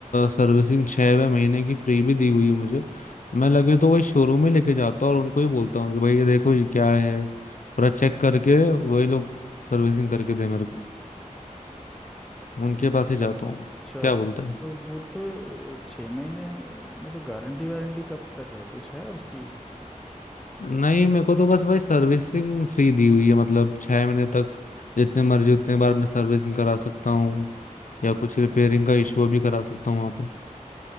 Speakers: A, on the left; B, in the centre.
A: सर्विसिंग छः महीने की फ्री भी दी हुई है मुझे मैं लगे तो वही शोरूम में लेके जाता हूँ और उनको ही बोलता हूँ कि भाई ये देखो ये क्या है पूरा चेक करके वही लोग सर्विसिंग करके दे मेरे को उनके पास ही जाता
B: अच्छा
A: हूँ मैं क्या बोलते हैं
B: तो वो तो छः महीने में तो गारंटी वारंटी कब तक है कुछ है उसकी
A: नहीं मेरे को तो बस भाई सर्विसिंग फ्री दी हुई है मतलब छः महीने तक जितने मर्जी उतने बार मैं सर्विसिंग करा सकता हूँ या कुछ रिपेयरिंग का इशू भी करा सकता हूँ वहाँ पे